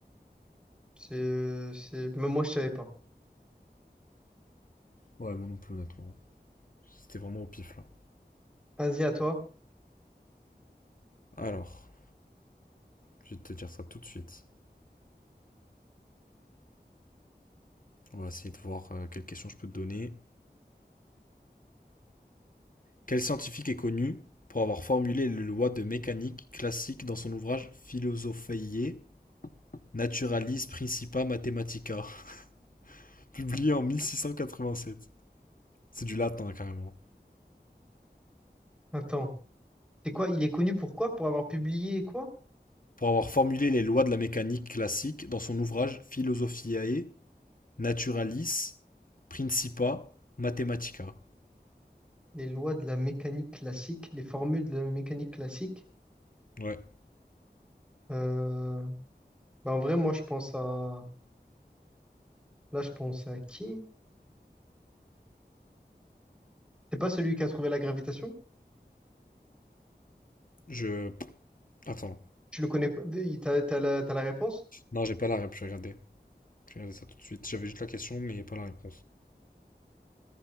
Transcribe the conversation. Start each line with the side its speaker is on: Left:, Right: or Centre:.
Centre: C'est, c'est... Même moi, je savais pas.
Left: Ouais, moi non plus, honnêtement. C'était vraiment au pif là.
Centre: Vas-y, à toi.
Left: Alors, je vais te dire ça tout de suite. On va essayer de voir euh, quelle question je peux te donner. Quel scientifique est connu pour avoir formulé les lois de mécanique classique dans son ouvrage Philosophiae Naturalis Principia Mathematica, <laughs> publié en mille six cent quatre-vingt-sept C'est du latin carrément.
Centre: Attends. C'est quoi? Il est connu pour quoi? Pour avoir publié quoi?
Left: Pour avoir formulé les lois de la mécanique classique dans son ouvrage Philosophiae Naturalis, Principa, Mathematica.
Centre: Les lois de la mécanique classique, les formules de la mécanique classique.
Left: Ouais,
Centre: Euh, bah, en vrai, moi, je pense à... Là, je pense à qui? C'est pas celui qui a trouvé la gravitation?
Left: je. Attends.
Centre: Tu le connais pas? T'as, t'as la, t'as la réponse?
Left: Non, j'ai pas la réponse. Je vais regarder. Je vais regarder ça tout de suite. J'avais juste la question, mais pas la réponse.